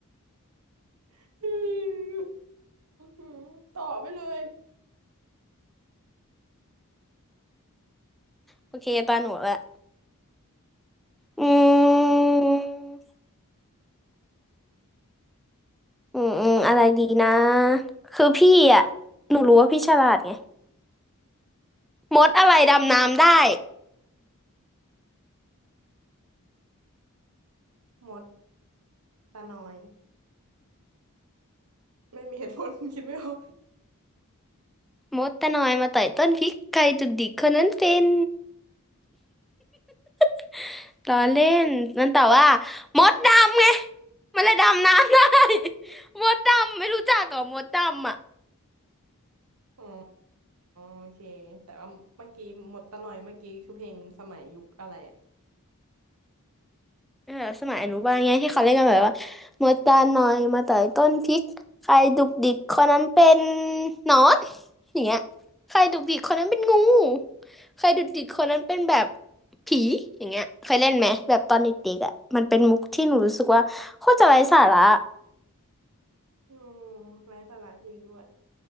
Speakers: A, on the right; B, in the centre.
A: <laughs> อืมต่อไปเลย
B: โอเคตาหนูละ อืมอืมอืมอะไรดีนะคือพี่อ่ะหนูรู้ว่าพี่ฉลาดไงมดอะไรดำน้ำได้
A: มดตาน้อยไม่มีเหตุผล <laughs> คิดไม่ออก
B: มดตะนอยมาต่อยต้นพริกใครดุกดิกคนนั้นเป็น <laughs> ล้อเล่นมันแต่ว่ามดดำไงมันเลยดำน้ำได้ <laughs> มดดำไม่รู้จักเหรอมดดำอ่ะ
A: อ๋อโอเคแต่ว่าเมื่อกี้หมดตาน่อยเมื่อกี้คือเพลงสมัยยุคอะไรอะ
B: เออสมัยอนุบาลไงที่เขาเล่นกันแบบว่ามาตาหน่อยมาต่อยต้นพริกใครดุกดิกคนนั้นเป็นหนอนอย่างเงี้ยใครดุกดิกคนนั้นเป็นงูใครดุกดิกคนนั้นเป็นแบบผีอย่างเงี้ยเคยเล่นไหมแบบตอนเด็กๆอ่ะมันเป็นมุกที่หนูรู้สึกว่าโคตรจะไร้สาระ
A: อืมไร้สาระจริงด้วย